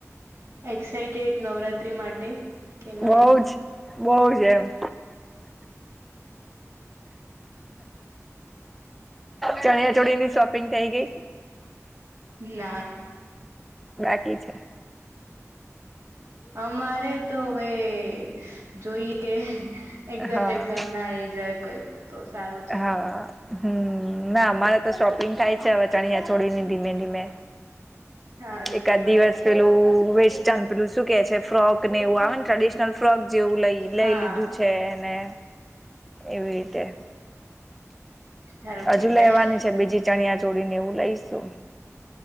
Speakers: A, on the right; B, in the centre.
A: એક્સાઈટેડ નવરાત્રિ માટે? કે નહી
B: બઉ જ બઉ જ એમ. ચણિયાચોળીની શોપિંગ થઈ ગઈ.
A: ના.
B: બાકી છે.
A: અમારે તો હવે જોઈ એ એક્ઝામ
B: હા
A: બેક્ઝામ ના આઈ જાય કંઈક તો સારું. છે
B: હા હમ્મ ના અમારે તો શોપિંગ થાય છે હવ. ચણિયા ચોળીની ધીમે ધીમે,
A: સારું
B: એકાદ
A: કેવાય
B: દિવસ પેલું વેસ્ટર્ન પેલું શું કે છે ફ્રોકને એવું આવે ને <unintelligible> <unintelligible> ફ્રોક જેવું લઈ લઈ
A: હા
B: લીધું છે ને એવી રીતે.
A: સારું કેવાય
B: હજુ લેવાની છે બીજી ચણિયા ચોળી ન એવું લઈશું.